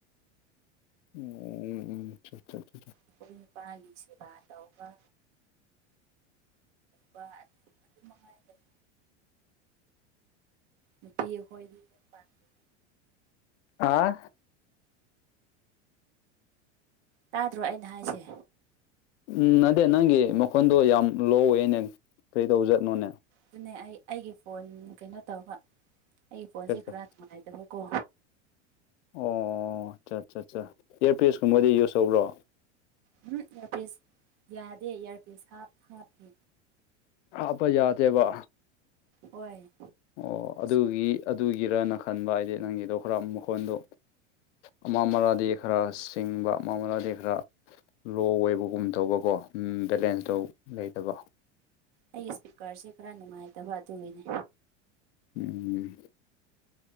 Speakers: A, on the left; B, on the right.
A: ꯎꯝ ꯑꯣ ꯎꯝ ꯎꯝ ꯁꯥ ꯁꯥ ꯁꯥ <unintelligible>
B: ꯑꯩꯈꯣꯏ ꯅꯨꯄꯥꯒꯤ ꯁꯦꯕꯥ ꯇꯧꯕꯥ ꯕꯥ ꯑꯗꯨ ꯑꯗꯨꯃꯉꯥꯏ <unintelligible> ꯅꯨꯄꯤ ꯑꯩꯈꯣꯏꯗꯤ ꯄꯥꯟꯕꯒꯤ
A: ꯑꯥ
B: ꯇꯥꯗ꯭ꯔꯣ ꯑꯩꯅ ꯍꯥꯏꯁꯦ
A: ꯎꯝ ꯅꯗꯦ ꯅꯪꯒꯤ ꯃꯈꯣꯟꯗꯣ ꯌꯥꯝ ꯂꯣꯑꯣꯏꯅꯦ ꯀꯔꯤ ꯇꯧꯖꯥꯥꯠꯅꯣꯅꯦ꯫
B: ꯗꯨꯅꯦ ꯑꯩ ꯑꯩꯒꯤ ꯐꯣꯟ ꯀꯩꯅꯣ ꯇꯧꯕ ꯑꯩꯒꯤ ꯐꯣꯟꯁꯦ
A: ꯀꯔꯤ
B: ꯈꯔ
A: ꯇꯧ-
B: ꯅꯨꯡꯉꯥꯏꯗꯕꯀꯣ꯫
A: ꯑꯣ ꯑꯆꯥ ꯆꯥ ꯆꯥ ꯏꯌꯥꯔꯄꯤꯁꯀꯨꯝꯕꯗꯤ ꯌꯨꯁ ꯇꯧꯕ꯭ꯔꯣ꯫
B: ꯎꯝ ꯏꯌꯥꯔꯄꯤꯁ ꯌꯥꯗꯦ ꯏꯌꯥꯔꯄꯤꯁ ꯍꯥꯞ ꯍꯥꯞꯇꯦ꯫
A: ꯍꯥꯞꯄ ꯌꯥꯗꯦꯕ
B: ꯑꯣꯏ
A: ꯑꯣ ꯑꯗꯨꯒꯤ ꯑꯗꯨꯒꯤꯔꯅ ꯈꯟꯕ ꯑꯥꯏꯗꯤ ꯅꯪꯒꯤꯗꯣ ꯈꯔ ꯃꯈꯣꯟꯗꯣ ꯑꯃ ꯃꯔꯥꯗꯤ ꯈꯔ ꯁꯤꯡꯕ ꯑꯃ ꯃꯔꯥꯗꯤ ꯈꯔ ꯂꯣ ꯑꯣꯏꯕꯒꯨꯝ ꯇꯧꯕꯀꯣ ꯎꯝ ꯕꯦꯂꯦꯟꯁꯇꯣ ꯂꯩꯇꯕ
B: ꯑꯩ ꯏꯁꯄꯤꯀꯔꯁꯦ ꯈꯔ ꯅꯨꯡꯉꯥꯏꯇꯕ ꯑꯗꯨꯒꯤꯅꯦ
A: ꯎꯝ